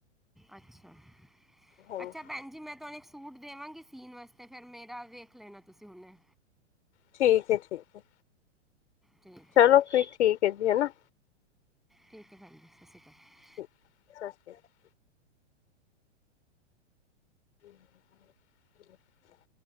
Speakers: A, in the centre; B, on the left (about 70°).
A: ਅੱਛਾ,
B: ਹਾਂਜੀ
A: ਅੱਛਾ ਭੈਨ ਜੀ ਮੈਂ ਤੁਹਾਨੂੰ ਇਕ ਸ ਸੂਟ ਦੇਵਾਂਗੀ ਸੀਨ ਵਾਸਤੇ, ਫੇਰ ਮੇਰਾ ਵੇਖ ਲੇਨਾ ਤੁਸੀਂ ਹੁਨੇ
B: ਠੀਕ ਏ-ਠੀਕ ਏ
A: ਠੀਕ
B: ਚਲੋ,
A: ਹੈ
B: ਫਿਰ ਠੀਕ ਏ ਜੀ ਹੈਨਾ
A: ਠੀਕ ਏ, ਹਾਂਜੀ, ਸਤਿ ਸ਼੍ਰੀ ਅਕਾਲ।
B: ਠੀਕ, ਸਤਿ ਸ਼੍ਰੀ ਅਕਾਲ। <inaudible>